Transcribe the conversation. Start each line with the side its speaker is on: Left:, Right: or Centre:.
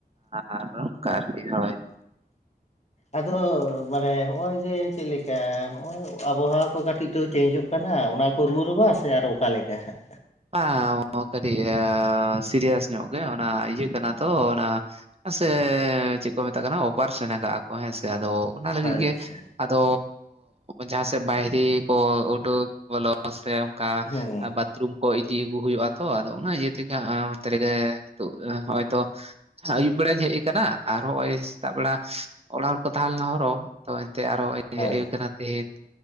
Right: ᱟᱨ ᱚᱱᱠᱟ ᱟᱨᱠᱤ ᱦᱳᱭ
Left: ᱟᱫᱚ ᱢᱟᱱᱮ ᱦᱚᱜᱼᱚᱭ ᱡᱮ ᱪᱮᱫᱮᱠᱟ ᱦᱚᱜᱼᱚᱭ ᱟᱵᱚᱦᱟᱣᱟ ᱠᱚ ᱠᱟᱹᱴᱤᱡ ᱛᱚ ᱪᱮᱧᱡᱚᱜ ᱠᱟᱱᱟ ᱚᱱᱟ ᱠᱚ ᱨᱩᱣᱟ ᱨᱚᱵᱟ ᱥᱮ ᱟᱨ ᱚᱠᱟᱮ ᱞᱮᱠᱟ ᱦᱟᱜ
Right: ᱦᱚ ᱠᱟᱹᱴᱤᱡ ᱥᱤᱨᱤᱭᱟᱥ ᱧᱚᱜ ᱜᱮ ᱚᱱᱟ ᱤᱭᱟᱹ ᱠᱟᱱᱟ ᱛᱚ, ᱚᱱᱟ ᱸ ᱥᱮ ᱪᱮᱫ ᱠᱚ ᱢᱮᱛᱟᱜ ᱠᱟᱱᱟ ᱚᱯᱟᱨᱮᱥᱮᱱ ᱠᱟᱜᱼᱟ ᱠᱚ ᱦᱮᱸ ᱥᱮ ᱟᱫᱚ ᱚᱱᱟ ᱞᱟᱹᱜᱤᱫ ᱜᱮ
Left: ᱟᱪᱪᱷᱟ
Right: ᱟᱫᱚ ᱡᱟᱦᱟᱸ ᱥᱮᱫ ᱵᱟᱭᱨᱤ ᱠᱚ ᱩᱰᱩᱠ ᱵᱚᱞᱚ ᱥᱮ ᱚᱱᱠᱟ
Left: ᱦᱮᱸ
Right: ᱵᱟᱛᱷᱨᱩᱢ ᱠᱚ ᱤᱫᱤ ᱟᱹᱜᱩ ᱦᱩᱭᱩᱜᱼᱟ ᱛᱚ ᱟᱫᱚ ᱚᱱᱟ ᱤᱭᱟᱹ ᱛᱮᱜᱮ ᱦᱟᱸ ᱚᱱᱚᱛ ᱨᱮᱜᱮ ᱛᱚ ᱦᱚᱳᱭᱛᱚ ᱟᱭᱩᱵ ᱵᱮᱲᱟᱧ ᱦᱮᱡ ᱟᱠᱟᱱᱟ ᱟᱨ ᱦᱚᱸᱜ ᱚᱭ ᱥᱮᱛᱟᱜ ᱵᱮᱲᱟ ᱚᱲᱟᱜ ᱨᱮᱠᱚ ᱛᱟᱦᱮᱸ ᱞᱮᱱᱟ ᱟᱨᱚ᱾ ᱛᱚ ᱮᱱᱛᱮ ᱟᱨᱚᱸ
Left: ᱦᱳᱭ
Right: ᱦᱮᱡ ᱦᱩᱭ ᱠᱟᱱᱟ ᱛᱮᱦᱤᱧ